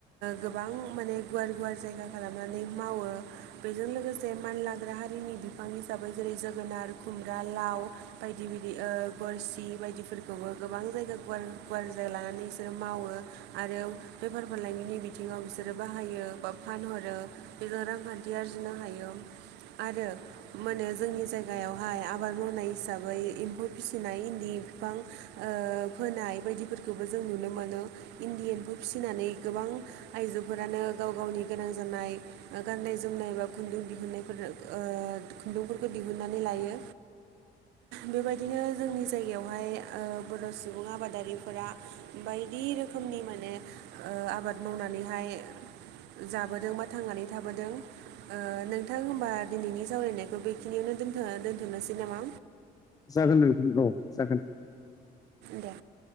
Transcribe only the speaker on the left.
जागोन नोंथां औ जागोन।